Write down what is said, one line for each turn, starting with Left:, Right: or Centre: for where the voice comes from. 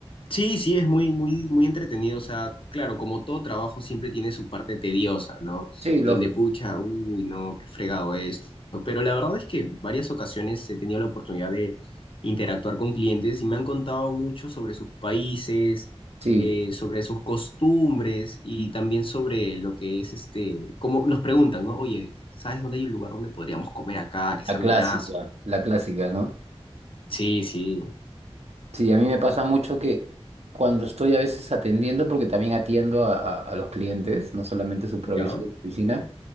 Left: Sí, sí, es muy, muy, muy entretenido. O sea, claro, como todo trabajo siempre tiene su parte tediosa, ¿no?
Right: Sí, lógico.
Left: Donde pucha, uy, no, qué fregado esto. Pero la verdad es que varias ocasiones he tenido la oportunidad de interactuar con clientes y me han contado mucho sobre sus países,
Right: Sí,
Left: eh, sobre sus costumbres y también sobre lo que es este, como nos preguntan, ¿no? Oye, ¿sabes dónde hay un lugar donde podríamos comer acá, que sea
Right: la clásica,
Left: buenazo?
Right: la clásica, ¿no?
Left: Sí, sí.
Right: Sí, a mí me pasa mucho que cuando estoy a veces atendiendo, porque también atiendo a, a- a los clientes, no solamente superviso
Left: ¿Ya?
Right: la oficina,